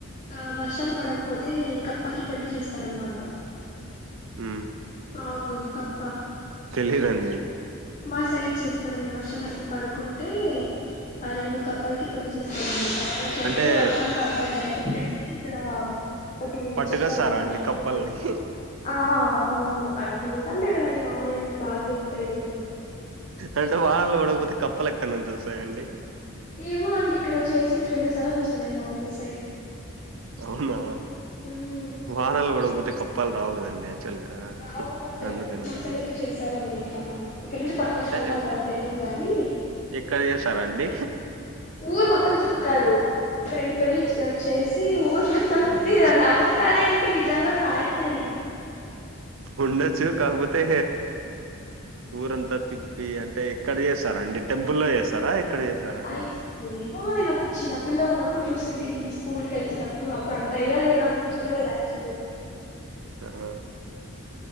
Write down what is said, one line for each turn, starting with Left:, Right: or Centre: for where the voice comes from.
Left: ఆ వర్షాలు పడకపోతే కప్పకి పెళ్ళి చేస్తారు అనమాట
Right: ఆ
Left: అగు కప్ప
Right: తెలీదండి
Left: మా సైడ్ చేస్తారండి వర్షాలు అసలు పడుకుంటే ఆ రెండు కప్పాలకి పెళ్లి చేస్తారు అనమాట అలా చేస్తే
Right: అంటే
Left: వర్షం పడతదనీ అని చెప్పేసి ఇక్కడ ఒకటి
Right: పట్టుకొస్తారా
Left: చెప్తారన్నమాట
Right: అండి కప్పల్ని
Left: ఆ అవును అది చూస్తంటే కదండి మాముూలుగానే బా దొరుకుతాయి రో
Right: అంటే వానాలు పడకపోతే కప్పలు ఎక్కడ నుంచి వస్తాయండి
Left: ఏమో అండి ఇక్కడ చేసి రెండు సార్లు చూసిన నేను మా ఊర్
Right: అవునా
Left: మ్మ్
Right: వానాలు పడకపోతే కప్పలు రావు కదండి యాక్చువల్ గా
Left: రావు బట్
Right: అందుకని
Left: మా
Right: అడిగిన
Left: సైడ్ అయితే చేశారండి ఇట్లానే ఎక్కడ నుంచి పట్టు కోస్తారో
Right: అంటే
Left: మరి మనకు
Right: ఎ-
Left: తెలి కానీ
Right: ఎక్కడ చేసారాండి
Left: ఊరు మొత్తం తిప్పుతారు రెండు పెళ్లిలు ఇలా చేసి ఊరు మొత్తం
Right: అవునా
Left: మీరు నవ్వుతారే ఏంటి నిజంగా ప్యాక్ట్ అది
Right: ఉండొచ్చు కాకపోతే ఊరంతా తిప్పి అంటే ఏక్కడ చేస్తారు అండి టెంపుల్ల్లో చేస్తారా ఎక్కడ చేస్తారా అండి
Left: ఐస్ <unintelligible> నేను అప్పు చిన్న పిల్ల గా ఉన్న ప్పుడు చూసింటి నేను స్కూల్ కి వెళ్తునప్పుడు అప్పుడు అంత ఐడియా లేదు అ నాకు గుర్తు కూడా లేదు యాక్చువల్ గా
Right: ఆహా